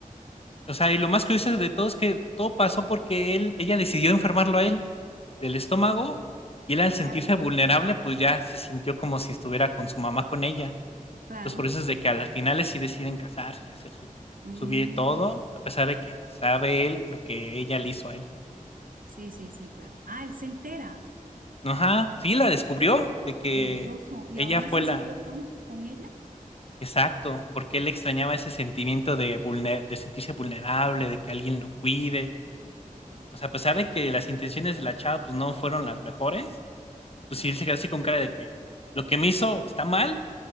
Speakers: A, on the left; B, on the right.
A: O sea, y lo más curioso de todo es que todo pasó porque él, ella decidió enfermarlo a él del estómago y él al sentirse
B: Ay,
A: vulnerable, pues ya se sintió como si estuviera con su mamá con ella.
B: Claro.
A: Entonces por eso es de que a las finales sí deciden casarse y hacer su,
B: Mm,
A: su vida y todo, a pesar de que sabe él lo que ella le hizo a él.
B: sí, sí, sí, claro. Ah, él se entera.
A: Ajá, sí, la descubrió de que
B: Curioso. Y
A: ella
B: aún
A: fue
B: así
A: la...
B: siguió con, con ella.
A: Exacto, porque él extrañaba ese sentimiento de, vulner- de sentirse vulnerable, de que alguien lo cuide, O sea, a pesar de que las intenciones de la chava pues no fueron las mejores, pues
B: eh,
A: sí él se quedó así con cara de que lo que me hizo está mal,